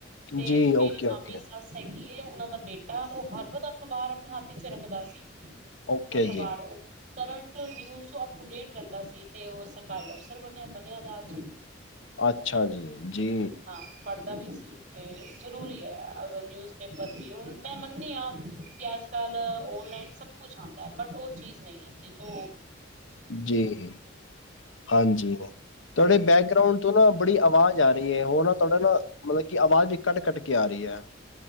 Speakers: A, on the right (about 40°); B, on the left (about 75°).
A: ਤੇ
B: ਜੀ
A: ਮੇਰੀ
B: ਓਕੇ
A: ਮਾਮੀ
B: ਓਕੇ
A: ਸੱਸ ਹੈਗੀ ਕੇ ਉਹ ਦਾ ਬੇਟਾ ਉਹ ਹਰਬ ਅਖਬਾਰ ਆਪਣੇ ਹੱਥ ਰੱਖਦਾ ਸੀ।
B: ਓਕੇ
A: ਅਖ਼ਬਾਰ
B: ਜੀ।
A: ਉਹ ਕਰੰਟ ਵਿਊਜ ਤੋ ਅਪਟੂ ਡੇਟ ਰਹਿੰਦਾ ਸੀ ਤੇ ਸਰਕਾਰੀ ਅਫਸਰ ਬਣਿਆ, ਬਣਿਆ ਅਜ।
B: ਅੱਛਾ, ਜੀ- ਜੀ।
A: ਹਾਂ ਪੜ੍ਹਦਾ ਵੀ ਤੇ ਜ਼ਰੂਰੀ ਹੈ, ਅਗਰ ਨਿਊਜ਼ਪੇਪਰ ਵੀ ਹੁਣ ਮੈਂ ਮੰਨਨੀ ਹਾਂ ਕਿ ਅਜ-ਕੱਲ੍ਹ ਔਨਲਾਈਨ ਸਭ ਕੁਛ ਆਦਾਂ ਹੈ, ਬਟ ਉਹ ਚੀਜ਼ ਨਹੀਂ ਹੈ ਜੀ ਜੋ
B: ਜੀ ਹਾਂਜੀ ਤੁਹਾਡੇ ਬੈਕਗਰਾਉਂਡ ਤੋਂ ਨਾ ਬੜੀ ਆਵਾਜ਼ ਆ ਰਹੀ ਹੈ ਉਹ ਨਾ ਤੁਹਾਡਾ ਨਾ ਮਤਲਬ ਕਿ ਆਵਾਜ਼ ਵੀ ਕੱਟ ਕੱਟ ਕੇ ਆ ਰਹੀ ਹੈ